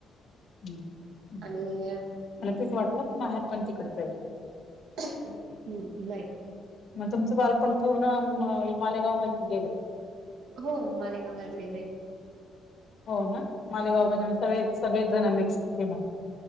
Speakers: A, on the left (about 55°); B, on the right (about 85°).
A: हम्म हम्म
B: आणि
A: मला तेच वाटलं की माहेर तिकडचं आहे का?
B: ह नाही.
A: म तुमचं बाल पण पूर्ण मं हे मालेगाव मध्येच गेलं
B: हो मालेगावलाच गेलय.
A: हो ना मालेगाव
B: हो.
A: म्हणजे सगळे सगळेच जण मिक्स तिथे म